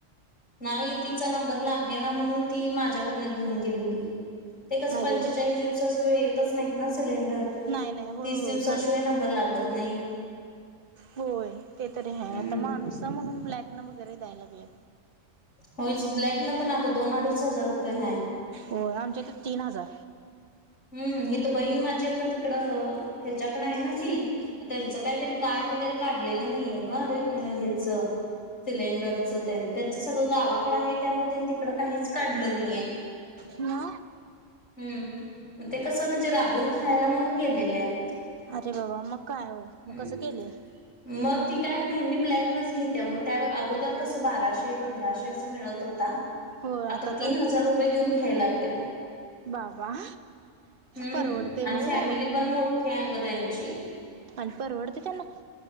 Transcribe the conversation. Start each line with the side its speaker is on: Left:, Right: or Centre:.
Left: नाही तिचा नंबर लागेना म्हणून ती माझ्याकडनं घेऊन गेलेली. ते कस
Right: अरे
Left: पंचेचाळीस दिवसा शिवाय येतच नाहीत ना सिलेंडर.
Right: नाही नाही होय
Left: तीस
Right: होय
Left: दिवसा
Right: बर
Left: शिवाय नंबर लागत नाही.
Right: होय. ते तरी आहे
Left: हम्म
Right: आता माणूस म्हणून ब्लॅक न वगैरे द्यायला लागले.
Left: होच ब्लक न पण अगं दोन, अडीच हजार रुपये हाय.
Right: हो आमच्या कडे तीन हजार.
Left: हम्म, हे तर बहीण माझी आता तिकडं ह्याच्याकडें आहे ना ती त्यांचं काय त्यांनी कार्ड वगैरे काढलेलं नाहीये ग ह्याच सिलेंडरच त्यांनी त्यांच सगळं गावाकडे आहे त्यामुळे त्यांनी तिकड काहीच काढलं नाहीये.
Right: म..
Left: हम्म, मग ते कस म्हणजे राबून खायला म्हणून गेलेले आहेत.
Right: अरे बाबा मग काय हो मग
Left: हम्म
Right: कसं केलेय.
Left: मग ती काय नेहमी ब्लॅकनच घेते मग त्या अगोदर कसं बाराशे, पंधराशे असं मिळत होता.
Right: होय
Left: आता तीन
Right: तर
Left: हजार रुपये देऊन घ्याय लागलीया.
Right: बाबा..
Left: हम्म,
Right: परवडते वय
Left: अन फॅमिली
Right: हो
Left: पण मोठी आहे अग त्यांची.
Right: अन परवडते त्यांना?